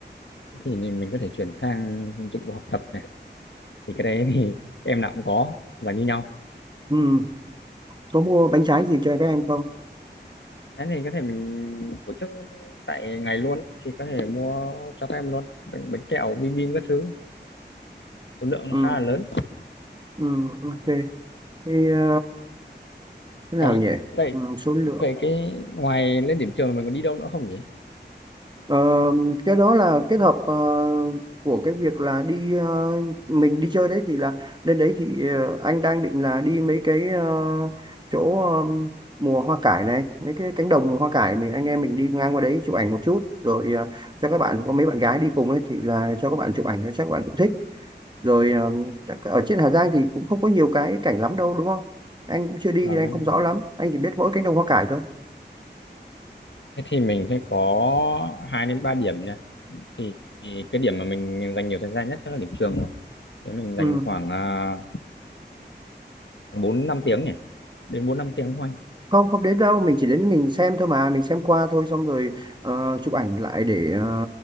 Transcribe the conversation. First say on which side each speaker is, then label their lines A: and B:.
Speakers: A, on the left (about 80°); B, on the right (about 25°).
A: thì mình có thể chuyển sang dụng cụ học tập này thì cái đấy thì em nào cũng có và như nhau
B: ừ. có mua bánh trái gì cho các em không
A: thế thì có thể mình tổ chức tại ngày luôn thì có thể mua cho các em luôn bánh, bánh kẹo bim bim các thứ số lượng nó
B: ừ.
A: khá là lớn
B: Ừ. ok thì ờ, thế nào
A: cái
B: nhỉ
A: Vậy
B: ừ. số lượng
A: vậy cái ngoài lên điểm trường mình còn đi đâu nữa không nhỉ?
B: Ờ, cái đó là kết hợp ờ, của cái việc là đi ờ, mình đi chơi đấy thì là lên đấy thì ờ, anh đang định là đi mấy cái ờ, chỗ ờ, mùa hoa cải này mấy cái cánh đồng hoa cải mình anh em mình đi ngang qua đấy chụp ảnh một chút rồi ờ, cho các bạn có mấy bạn gái đi cùng ấy thì là cho các bạn chụp ảnh chắc các bạn cũng thích rồi ờ, chắc ở trên Hà Giang thì cũng không có nhiều cái cảnh lắm đâu đúng không anh cũng chưa đi
A: Vâng
B: nên anh
A: anh.
B: không rõ lắm anh chỉ biết mỗi cánh đồng hoa cải thôi
A: thế thì mình sẽ có hai đến ba điểm nha thì, thì cái điểm mà mình dành nhiều thời gian nhất chắc là điểm trường rồi thế mình dành
B: Ừ.
A: khoảng à, khoảng bốn năm tiếng nhỉ, đến bốn năm tiếng thôi anh.
B: không không đến đâu mình chỉ đến mình xem thôi mà mình xem qua thôi xong rồi ờ, chụp ảnh lại để ờ,